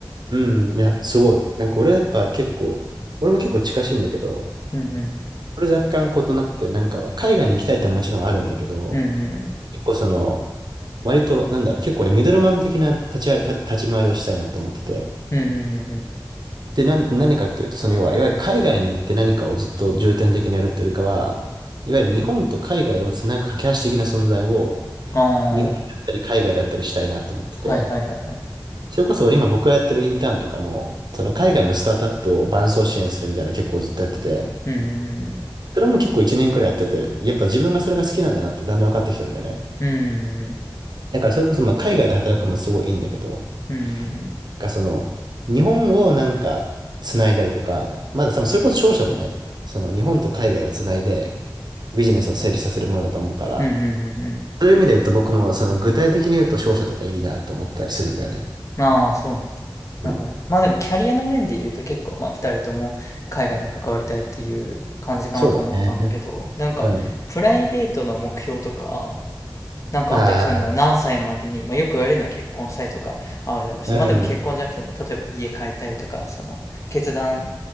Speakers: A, on the right; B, on the left.
A: うん。いや、すごい。なんか俺やっぱ結構、俺も結構近しいんだけど、
B: うんうん。
A: 俺若干異なって、なんか海外に行きたいってのはもちろんあるんだけど、
B: うんうんうん。
A: 結構その、割と、なんだろう、結構俺ミドルマン的な立ち会いた立ち回りをしたいなと思ってて。
B: うんうんうんうん。
A: で、なん、何かっていうと、その要は、いわゆる海外に行って何かをずっと重点的にやるってよりかは、いわゆる日本と海外をつなぐ架け橋的な存在を、
B: あ
A: 日本であったり海外であったりしたいなと思ってて。
B: あ。はいはいはいはい。
A: それこそ俺今僕がやってるインターンとかも、その海外のスタートアップを伴走支援するみたいなの結構ずっとやってて、
B: うんうんうん。
A: それも結構1年くらいやってて、やっぱ自分がそれが好きなんだなってだんだん分かってきたんだよね。
B: うんうんうん。
A: だからそれこそまあ海外で働くのもすごいいいんだけど、
B: うんうんうん。
A: なんかその、日本をなんか繋いだりとか、まだ多分それこそ商社もね、その日本と海外を繋いでビジネスを成立させるものだと思うから、
B: うんうんうんうん。
A: そういう意味で言うと僕もその具体的に言うと商社とかいいなと思ったりするんだよね。
B: ああ、そうなんだ。
A: うん。
B: なるほどね。まあでもキャリアの面で言うと結構まあ2人とも海外に関わりたいっていう感じかなと思ったんだけど、
A: そうだね。
B: なんかプライベートの目標とか、
A: うん。
B: なんかあったりするの何歳までに、
A: ああ、
B: まあよく言われるのは結婚したいとかあるだろうし、
A: うん。
B: まあでも結婚じゃなくても、例えば家買いたいとか、その決断、